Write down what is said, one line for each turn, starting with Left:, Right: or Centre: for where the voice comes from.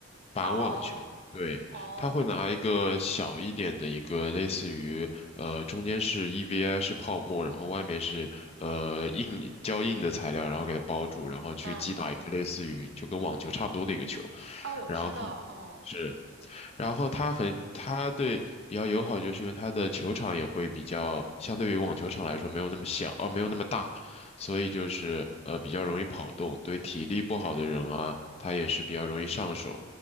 Left: 板网球，
Right: 哦
Left: 对，
Right: 哦，
Left: 它会拿一个小一点的一个类似于呃中间是 EVA 是泡沫，然后外面是呃硬胶硬的材料，然后给它包住，然后去击打一个类似于就跟网球差不多的一个球，
Right: 嗯，哦，我知道，
Left: 然后是。
Right: 嗯
Left: 然后它很，它对比较友好，就是因为它的球场也会比较，相对于网球场来说没有那么小，呃，没有那么大，所以就是呃比较容易跑动，对体力不好的人啊，
Right: 嗯
Left: 他也是比较容易上手。